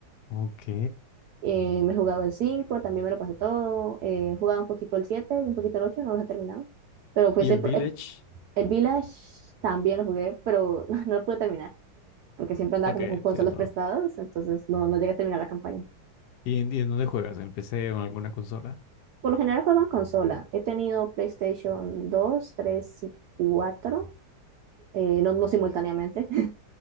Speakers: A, on the left; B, on the right.
A: Ok.
B: Eh, me he jugado el cinco también me lo pasé todo. eh, he jugado un poquito el 7 y un poquito el ocho no los he terminado. Pero pues
A: ¿Y
B: el,
A: el Village?
B: el el Village también lo jugué, pero <laughs> no, lo pude terminar, porque siempre andaba
A: Ok,
B: como
A: entiendo.
B: con consolas prestadas, entonces no, no llegué a terminar la campaña.
A: ¿Y en, y en dónde juegas? ¿En el PC o en alguna consola?
B: Por lo general juego en consola. He tenido PlayStation 2, 3 y 4, eh, no, no simultáneamente. <laughs>